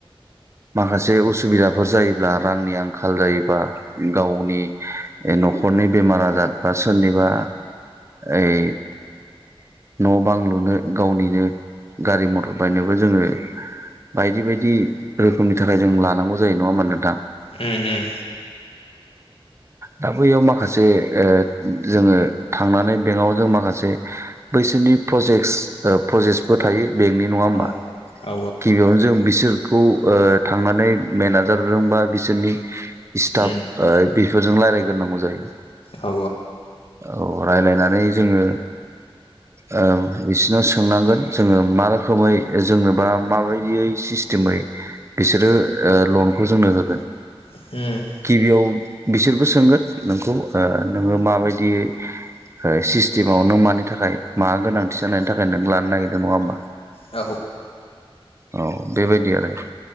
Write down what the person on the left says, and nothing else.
उम उम
औ औ
उम
औ
उम
औ उम